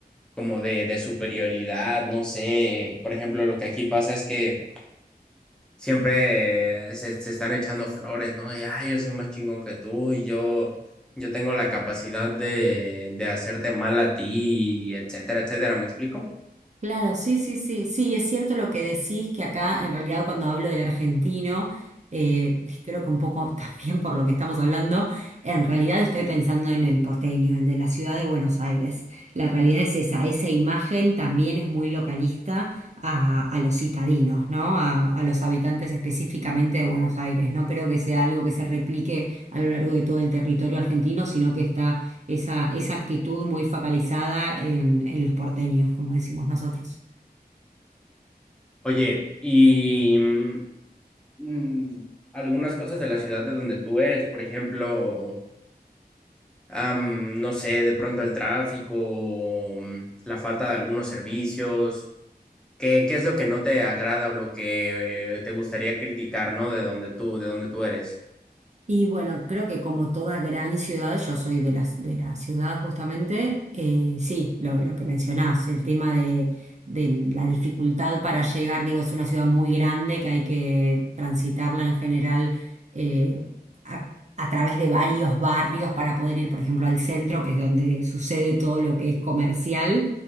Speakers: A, in the centre; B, on the right.
A: como de, de superioridad, no sé, por ejemplo, lo que aquí pasa es que siempre eh, se, se están echando flores, ¿no? Y, ay, yo soy más chingón que tú y yo, yo tengo la capacidad de, de hacerte mal a ti, etcétera, etcétera, ¿me explico?
B: Claro, sí, sí, sí, sí, es cierto lo que decís, que acá en realidad cuando hablo del argentino, eh, y creo que un poco <laughs> también por lo que estamos hablando, en realidad estoy pensando en el porteño, el de la ciudad de Buenos Aires. La realidad es esa, esa imagen también es muy localista a, a los citadinos, ¿no? A, a los habitantes específicamente de Buenos Aires. No creo que sea algo que se replique a lo largo de todo el territorio argentino, sino que está esa, esa actitud muy focalizada en, en los porteños, como decimos nosotros.
A: Oye, y mm, mm, algunas cosas de la ciudad de donde tú eres, por ejemplo, am, no sé, de pronto el tráfico, mm, la falta de algunos servicios. ¿Qué, qué es lo que no te agrada o lo que eh, te gustaría criticar, ¿no? De donde tú, de donde tú eres.
B: Y bueno, creo que como toda gran ciudad, yo soy de la, de la ciudad justamente, eh, sí, lo, lo que mencionás, el tema de, de la dificultad para llegar, digo, es una ciudad muy grande que hay que transitarla en general eh, a, a través de varios barrios para poder ir, por ejemplo, al centro, que es donde sucede todo lo que es comercial.